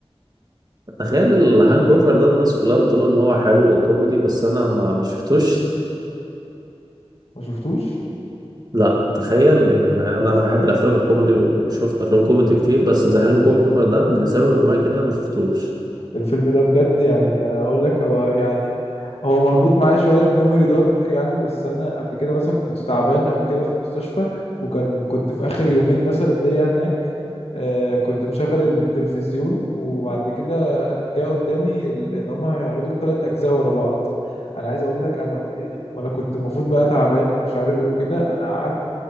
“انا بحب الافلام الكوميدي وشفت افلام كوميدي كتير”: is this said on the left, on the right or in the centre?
Right